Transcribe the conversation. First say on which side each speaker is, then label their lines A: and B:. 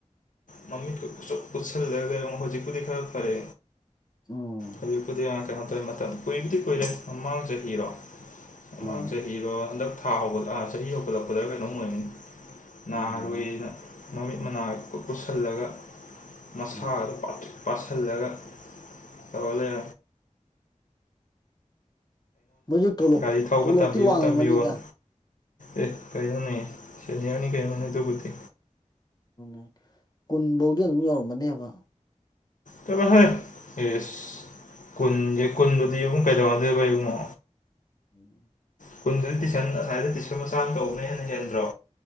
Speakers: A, on the left; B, on the left.
A: ꯃꯃꯤ ꯄꯨꯁꯜꯂꯒ ꯀꯔꯤꯣ ꯍꯧꯖꯤꯛꯄꯨꯗꯤ ꯈꯔ ꯐꯔꯦ
B: ꯎꯝ
A: ꯍꯧꯖꯤꯛꯄꯨꯗꯤꯡ ꯀꯩꯅꯣ ꯇꯧꯋꯦ ꯃꯇꯝ ꯀꯨꯏꯔꯗꯤ ꯀꯨꯏꯔꯦ ꯃꯃꯥꯡ ꯆꯍꯤꯔꯣ ꯃꯃꯥꯡ
B: ꯎꯝ
A: ꯆꯍꯤꯔꯣ ꯍꯟꯗꯛ ꯊꯥꯒꯠ ꯑ ꯆꯍꯤ ꯍꯧꯒꯠꯂꯛꯄꯗ ꯀꯩꯅꯣꯝ ꯑꯣꯏꯒꯅꯤ
B: ꯎꯝ
A: ꯅꯥꯔꯣꯏꯅ ꯃꯃꯤꯠ ꯃꯅꯥꯛꯇ ꯄꯨꯁꯤꯜꯂꯒ ꯃꯁꯥꯗꯣ
B: ꯎꯝ
A: ꯄꯁꯤꯜꯂꯒ ꯇꯧꯍꯜꯂꯦ
B: ꯃꯣꯏꯁꯨꯣꯂꯣꯞ
A: ꯒꯥꯔꯤ ꯊꯧꯕ
B: ꯇꯣꯂꯣꯞꯇꯤ
A: ꯇꯝꯕꯤꯌꯣ
B: ꯋꯥꯡꯉꯝꯃꯅꯤꯗ
A: ꯇꯝꯕꯤꯌꯣꯅ ꯑꯦ ꯀꯅꯦ ꯁꯅꯤꯌꯥ ꯃꯅꯤ ꯀꯅꯤ ꯇꯨ ꯀꯇꯦ
B: ꯑ ꯀꯨꯟꯐꯧꯗꯤ ꯑꯗꯨꯝ ꯌꯧꯔꯃꯅꯦꯕ
A: ꯇꯕꯥ ꯍ ꯌꯦꯁ ꯀꯨꯟꯒꯤ ꯀꯨꯟꯗꯨꯗꯤ ꯏꯕꯨꯡ ꯀꯩꯗꯧꯅꯗꯣꯏꯕ ꯏꯉꯣ
B: ꯎꯝ
A: ꯀꯨꯟꯗꯨꯗꯤ ꯇꯨꯏꯁꯟ ꯉꯁꯥꯏꯗ ꯇꯨꯏꯁꯟ ꯃꯆꯥ ꯑꯃ ꯀꯧꯕꯅ ꯍꯦꯟꯅ ꯍꯦꯟꯗ꯭ꯔꯣ